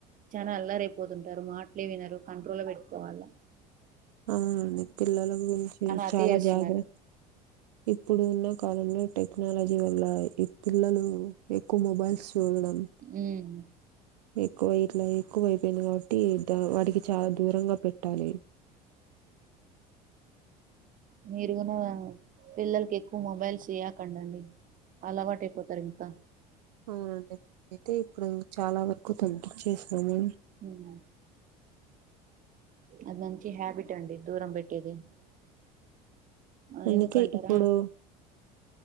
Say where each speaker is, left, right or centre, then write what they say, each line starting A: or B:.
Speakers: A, on the right; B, on the right.
A: చానా అల్లారైపోతుంటారు మాట్లే వినారు కంట్రోల్ వేట్టుకోవాల
B: ఔనండి పిల్లల గురించి
A: అతి
B: చాలా
A: చేస్తున్నారు
B: జాగ్రత్ ఇప్పుడున్న కాలంలో టెక్నాలజీ వల్ల ఈ పిల్లలు ఎక్కు మొబైల్స్ సూడడం
A: ఉమ్,
B: ఎక్కువై ఇట్లా ఎక్కువై ఐపెంది గావాట్టి తా వాటికి చా దూరంగా పెట్టాలి
A: మీరుగూన పిల్లలకి ఎక్కు మొబైల్స్ ఇయ్యకండండి అలవైటైపోతరు ఇంకా
B: ఔనండి ఐతే ఇప్పుడు చాలా వరకు తగ్గించేసాము
A: ఔనా అది మంచి హ్యాబిటండి దూరం బెట్ టీది అ
B: అందుకే
A: ఏందుకంటర
B: ఇప్పుడు